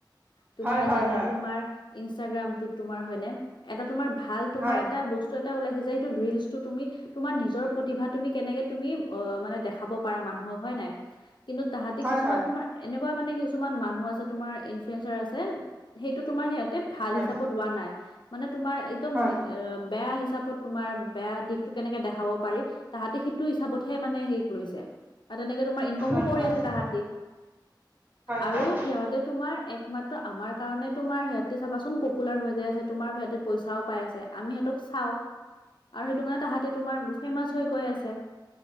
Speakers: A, on the left (about 75°); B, on the right (about 25°).
A: তোমাৰ
B: হয় হয়
A: যেনে
B: হয়
A: তোমাৰ ইনষ্টাগ্ৰামটোত তোমাৰ হয়নে এটা তোমাৰ ভাল তোমাৰ
B: হয়
A: এ ছয়টা ওলাইছে যে সেইটো ৰিলচটো তুমি তোমাৰ নিজৰ প্ৰতিভা তুমি কেনেকে তুমি অ' মানে দেখাব পাৰা মানুহক হয় নাই। কিন্তু তাহাঁতে
B: হয়
A: কিছুমান তোমাৰ এনেকুৱা মানে কিছুমান মানুহ আছে, তোমাৰ ইনফ্লয়েঞ্চাৰ আছে সেইটো তোমাৰ সিহঁতে ভাল
B: হয়
A: হিচাপত লোৱা নাই মানে তোমাৰ একদম
B: হয়
A: নি অহ বেয়া হিচাপত তোমাৰ বেয়া দিশটো কেনেকে দেখাব পাৰি, তাহাতে সেইটো হিচাপতহে মানে শেইক লৈছে। আ তেনেকে তোমাৰ ইনকমো
B: হয়
A: কৰি
B: হয় হয় হয়
A: আছে তাহাঁতি। আৰু
B: হয় হয় হয় হয় হয় হয়
A: সিহঁতে তোমাৰ একমাত ত আমাৰ কাৰণে তোমাৰ সিহঁতে চাচোন পপুলাৰ হৈ যায় আছে তোমাৰ ভেদে পইচাও পাই আছে। আমি সিহঁতক চাও আৰু সেইটো কাৰণে তাহাঁতে তোমাৰ ফেমাচ হৈ গৈ আছে।